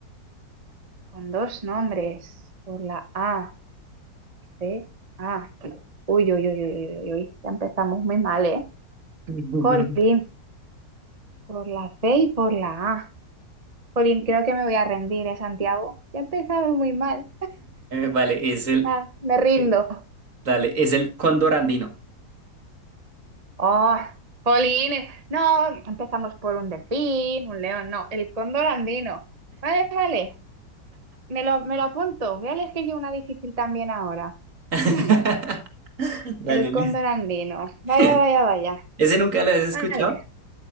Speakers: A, on the right (about 30°); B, on the right (about 45°).
A: con dos nombres. Por la A, C, A. Uy, uy, uy, uy, uy, uy. uy. Ya empezamos muy mal, ¿eh?
B: <laughs>
A: Colín, por la C y por la A. Jolín, creo que me voy a rendir, ¿eh, Santiago? Ya he empezado muy mal.
B: Vale, es el,
A: Ah, me rindo.
B: el- dale, es el cóndor andino.
A: Oh, Jolín, eh, no, empezamos por un delfín, un león, no, el cóndor andino. Vale, vale, me lo, me lo apunto. Voy a elegir yo una difícil también ahora.
B: <laughs>
A: Hmm,
B: Dale,
A: el cóndor
B: listo.
A: andino. Vaya,
B: <laughs>
A: vaya, vaya.
B: ¿Ese nunca lo has escuchado?
A: Vale.